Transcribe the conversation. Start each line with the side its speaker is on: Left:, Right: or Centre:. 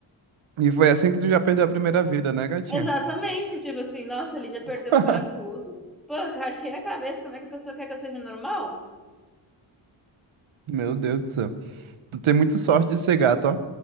Right: E foi assim que tu já perdeu a primeira vida, né, gatinha?
Centre: Exatamente, tipo assim, nossa, ali já perdeu
Right: <laughs>
Centre: um parafuso. Pô, eu rachei a cabeça, como é que a pessoa quer que eu seja normal?
Right: Meu Deus do céu. Tu tem muito sorte de ser gato, ó.